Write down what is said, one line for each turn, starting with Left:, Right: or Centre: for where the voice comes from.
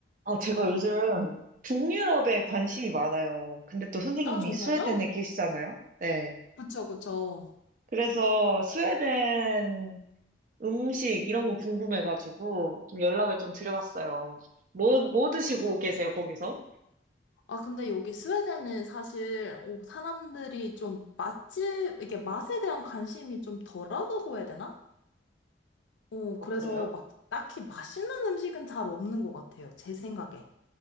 Right: 아, 제가 요즘 북유럽에 관심이 많아요. 근데 또 선생님이
Left: 아, 정말요?
Right: 스웨덴에 계시잖아요? 네.
Left: 그쵸, 그쵸.
Right: 그래서 스웨덴 음식 이런 거 궁금해가지고 좀 연락을 좀 드려봤어요. 뭐, 뭐 드시고 계세요, 거기서?
Left: 아, 근데 여기 스웨덴은 사실, 어, 사람들이 좀 맛집, 이게 맛에 대한 관심이 좀 덜하다고 해야 되나? 어,
Right: 어,
Left: 그래서
Right: 그래요?
Left: 막 딱히 맛있는 음식은 잘 없는 것 같아요. 제 생각에.